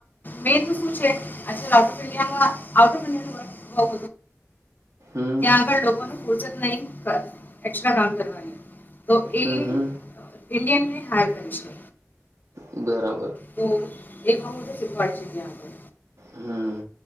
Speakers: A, on the left (about 35°); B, on the right (about 80°).
A: મેન તો શું છે <unintelligible> છે ત્યાં
B: હમ
A: આગળ લોકોનું <unintelligible> એક્સ્ટ્રા કામ કરવાની તો એ
B: હમ
A: ઇન્ડિયનની
B: હમ
A: હાયર પેન્શન
B: બરાબર.
A: તો એ બાબતો શીખવાડે છે
B: હમ